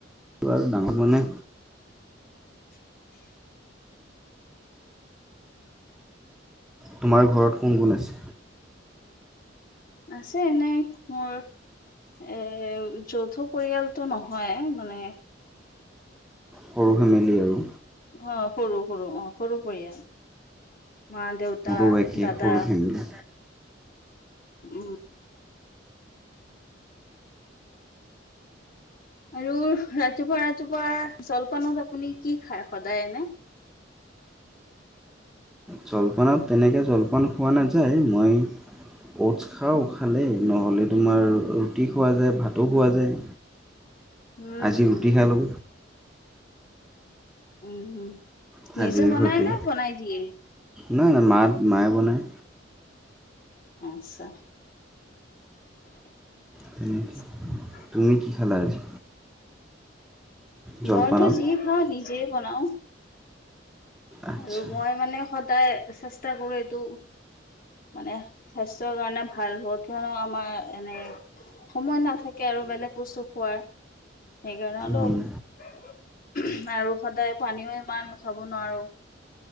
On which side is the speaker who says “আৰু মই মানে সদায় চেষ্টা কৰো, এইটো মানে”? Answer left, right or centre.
Left